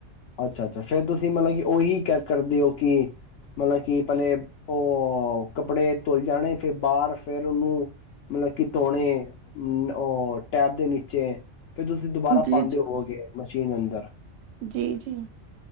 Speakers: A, on the left; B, on the right.
A: ਅੱਛਾ ਅੱਛਾ ਫੇਰ ਤੁਸੀਂ ਮਤਲਬ ਕਿ ਉਹੀ ਕ ਕਰਦੇ ਹੋ ਕਿ ਮਤਲਬ ਕਿ ਪਹਿਲੇ ਉਹ ਕੱਪੜੇ ਧੋਈ ਹੈ ਜਾਣੇ ਫਿਰ ਬਾਹਰ ਫੇਿਰ ਉਹਨੂੰ ਮਤਲਬ ਕਿ ਧੋਣੇ ਉਹ ਟੈਪ ਦੇ ਨੀਚੇ ਫੇਰ ਤੁਸੀਂ ਦੁਬਾਰਾ
B: ਜੀ
A: ਪਾਉਂਦੇ
B: ਜੀ
A: ਹੋੋਗੇ ਜੀਨ ਅੰਦਰ
B: ਜੀ ਜੀ